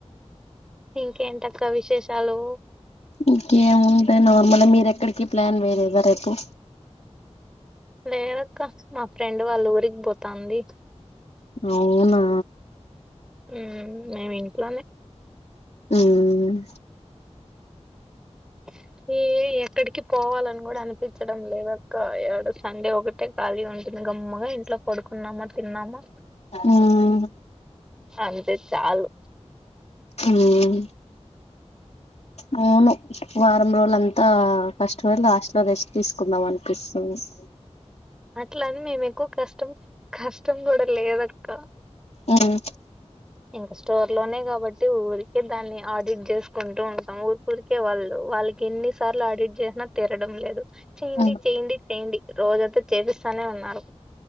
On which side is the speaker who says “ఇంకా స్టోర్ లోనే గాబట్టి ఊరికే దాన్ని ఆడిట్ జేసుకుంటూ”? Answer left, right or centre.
Centre